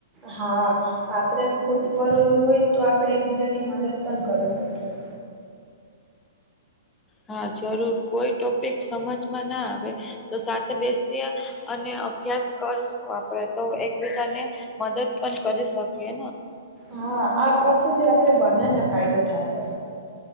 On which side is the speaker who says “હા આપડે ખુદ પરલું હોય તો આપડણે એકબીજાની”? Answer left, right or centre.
Right